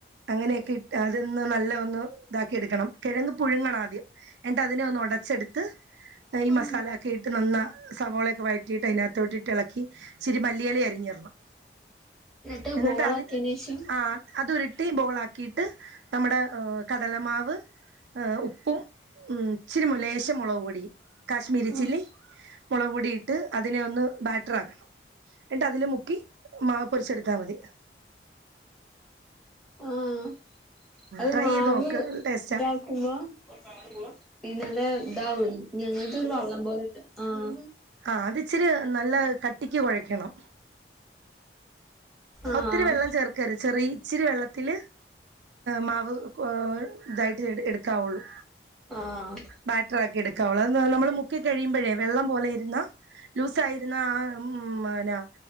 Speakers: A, on the right; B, in the centre.
A: അങ്ങനെയൊക്കെ ഇട്ട് അതെന്ന് നല്ല ഒന്ന് ഇതാക്കിയെടുക്കണം കെഴങ്ങ് പുഴുങ്ങണം ആദ്യം എന്നിട്ട് അതിനെ ഒന്ന് ഒടച്ചെടു ത്ത് ഈ
B: ആഹ്
A: മസാല ഒക്കെ ഇട്ട് നന്നാ സവോളയൊക്കെ വഴറ്റിയിട്ട് അതിനകത്തോട്ടിട്ട് എളക്കി ഇച്ചിരി മല്ലിയെല അരിഞ്ഞിടണം
B: എന്നിട്ട്
A: എന്നിട്ടാ
B: ബോളാക്കിയേനേഷം
A: അതി ആഹ് അതുരുട്ടി ബോളാക്കിട്ട് നമ്മടെ കടലമാവ് ആഹ് ഉപ്പും ഉം ഇച്ചിരി ലേശം മോളക് പൊടിയും കാശ്മീരി ചില്ലി
B: ആഹ്
A: മോളക് പൊടി ഇട്ട് അതിനെ ഒന്ന് ബാറ്ററക്കണം എന്നിട്ട് അതില് മുക്കി മാ പൊരിച്ചെടുത്താ മതി
B: ആഹ് അത്
A: ട്രൈ
B: മാ
A: ചെയ്ത്
B: <unintelligible>
A: നോക്ക് ടേസ്റ്റാ
B: <unintelligible> ഇതാവും ഞങ്ങൾതൊരു വള്ളം പോലെണ്ട് ആഹ്
A: ആഹ് അത് ഇച്ചിരി നല്ല കട്ടിക്ക് കൊഴക്കണം
B: ആഹ്
A: ഒത്തിരി വെള്ളം ചേർക്കരു ചെറി ഇച്ചിരി വെള്ള ത്തില് മാവ് ഇതായിട്ട് എടുക്കാവുള്ളു
B: ആഹ്
A: ബാറ്ററാക്കി എടുക്കാവോള്ളൂ നമ്മള് മുക്കി കഴിയുമ്പോഴേ വെള്ളം പോലെ ഇരുന്ന ലൂസായിരുന്ന ആഹ് ഉ മനാ